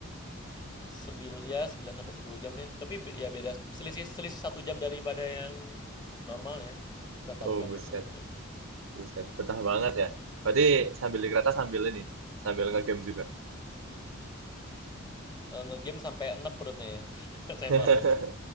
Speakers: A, on the left; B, on the right.
A: Sembil ya sembilan sampai sepuluh jam deh. Tapi be- ya beda selisih selisih satu jam daripada yang normalnya. Satu, satu
B: Oh
A: jaman
B: buset,
A: nah, selisihnya.
B: buset. Betah banget ya. Berarti sambil di kereta sambil ini, sambil ngegame juga.
A: Eh, Ngegame sampai enek perutnya ya. <laughs> Saya
B: <laughs>
A: mabuk.